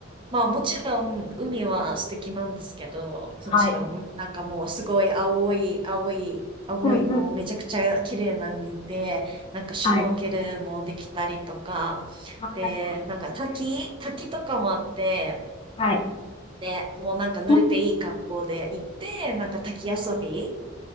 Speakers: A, on the right (about 25°); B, on the left (about 25°).
A: まあもちろん海は素敵なんですけど、もちろん、
B: はい。
A: なんかもうすごい青い、青い、青いもうめちゃくちゃ綺麗な海で、
B: うんうん。
A: なんかシュノーケルもできたりとか、
B: はい。はい。
A: で、
B: ああ、
A: なんか滝、
B: いいな。
A: 滝とかもあって、
B: はい。
A: で、もうなんか濡れていい格好で行って、
B: 金
A: なんか滝遊び、
B: はい。